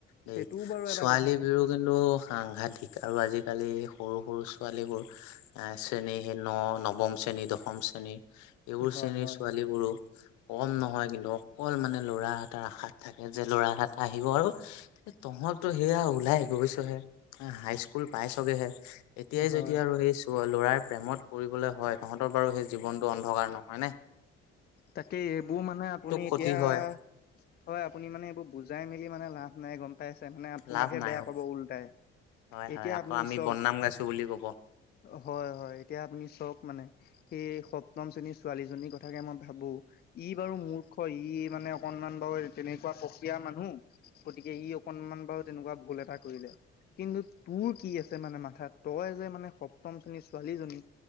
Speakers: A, on the left (about 75°); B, on the left (about 35°).
A: দেই
B: সেইটোও বাৰু
A: ছোৱালী
B: এটা কথা
A: টো কিন্তু সাংঘাতিক আৰু আজিকালি সৰু সৰু ছোৱালীবোৰ এ শ্ৰেণী ন নৱম শ্ৰেণী দশম শ্ৰেণী এইবোৰ শ্ৰেণীৰ
B: হয় হয়
A: ছোৱালীবোৰো কম নহয় কিন্তু অ অকল মানে লৰা এটাৰ আশাত থাকে যে ল'ৰা এটা আহিব আৰু এ তহঁতো সেয়া উ ওলাই গৈছেহে হাই স্কুল পাইছগৈহে এতিয়াই যেতিয়া
B: হয়।
A: আৰু এই লৰাৰ প্ৰেমত পৰিবলে হয় তহঁতৰ বাৰু সেই জীৱনটো অন্ধকাৰ নহয়নে?
B: তাকেই এইবোৰ মানে আপুনি
A: ক্ষতি
B: এতিয়া
A: হয়
B: হয় আপুনি মানে এইবোৰ বুজাই মেলি মানে লাভ নাই গম পাই আছে মানে আপোনাকহে
A: লাভ নাই
B: বেয়া
A: অ
B: পাব ওল্টাই
A: হয়
B: এতিয়া
A: হয় আকৌ
B: আপুনি
A: আমি
B: চাওক
A: বদনাম গাইছো বুলি কব
B: হয় হয় এতিয়া আপুনি চাওক মানে সেই সপ্তম শ্ৰেণীৰ ছোৱালীজনীৰ ক তাকে মই ভাবো ই বাৰু মূৰ্খ ই মানে অকনমান বাৰু তেনেকুৱা প্ৰক্ৰিয়াৰ মানুহ গতিকে ই অকনমান বাৰু তেনেকুৱা ভুল এটা কৰিলে কিন্তু তোৰ কি আছে মানে মাথাত তই যে মানে সপ্তম শ্ৰেণীৰ ছোৱালীজনী